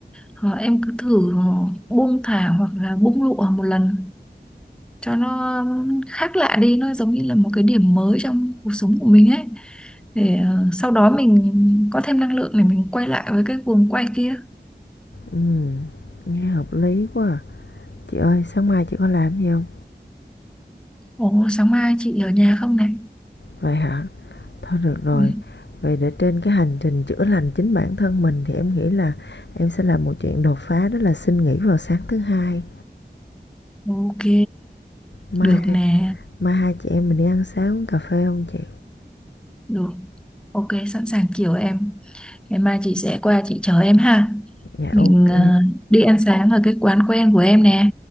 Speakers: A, in the centre; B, on the left (about 80°).
A: hoặc em cứ thử buông thả hoặc là bung lụa một lần cho nó khác lạ đi nó giống như là một cái điểm mới trong cuộc sống của mình ấy để ờ, sau đó mình có thêm năng lượng để mình quay lại với cái guồng quay kia
B: Ừm, nghe hợp lý quá à Chị ơi, sáng mai chị có làm gì không?
A: ồ sáng mai chị ở nhà không này
B: Vậy hả? Thôi được rồi.
A: Ừ.
B: Vậy để trên cái hành trình chữa lành chính bản thân mình thì em nghĩ là em sẽ làm một chuyện đột phá đó là xin nghỉ vào sáng thứ hai.
A: Ok,
B: Mai
A: được nè,
B: mai hai chị em mình đi ăn sáng uống cà phê không chị?
A: được. Ok, sẵn sàng chiều em. Ngày mai chị sẽ qua chị chờ em ha.
B: Dạ
A: Mình
B: ok.
A: ờ, đi ăn sáng ở cái quán quen của em nè.